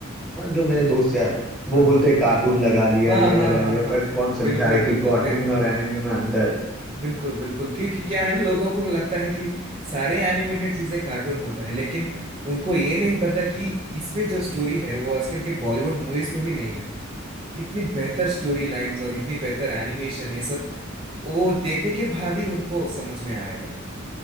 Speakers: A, in the centre; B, on the right.
A: ना जो मेरे दोस्त यार
B: हाँ
A: वो बोलते
B: हाँ
A: हैं कार्टून लगा लिया
B: हाँ
A: ये
B: हाँ
A: लगा
B: हाँ
A: लिया
B: हाँ
A: पर कौन
B: बिल्कुल
A: समझाए
B: बिल्कुल
A: कि कार्टून
B: मेरे
A: और एनिमे में अंतर है
B: बिल्कुल बिल्कुल क्योंकि क्या है ना लोगों को लगता है कि सारे एनिमेटेड चीजें कार्टून होता है लेकिन उनको ये नहीं पता कि इसमें जो स्टोरी है वो आजकल के बॉलीवुड मूवीज में भी नहीं है इतनी बेहतर स्टोरी लाइंस और इतनी बेहतर एनिमेशन ये सब वो देखने के बाद ही उनको समझ में आएगा